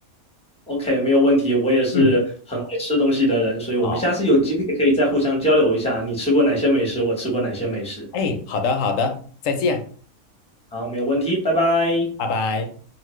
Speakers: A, in the centre; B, on the left.
A: OK，没有问题，我也是很爱吃东西的人，
B: 嗯，
A: 所以我们下次有机会可以再互相交流一下，
B: 好，
A: 你吃过哪些美食，我吃过哪些美食。
B: 哎，好的好的，再见，
A: 好，没有问题，拜拜。
B: 拜拜。